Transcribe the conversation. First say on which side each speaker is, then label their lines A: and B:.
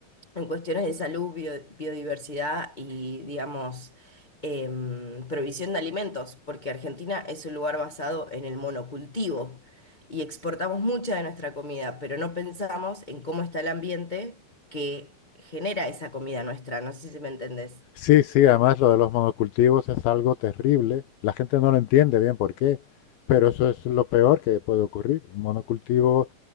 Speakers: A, on the left (about 20°); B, on the left (about 75°).
A: en cuestiones de salud, bio- biodiversidad y, digamos, em, provisión de alimentos, porque Argentina es un lugar basado en el monocultivo. Y exportamos mucha de nuestra comida, pero no pensamos en cómo está el ambiente que genera esa comida nuestra. No sé si me entendés.
B: Sí, sí, además lo de los monocultivos es algo terrible. La gente no lo entiende bien por qué, pero eso es lo peor que puede ocurrir. Un monocultivo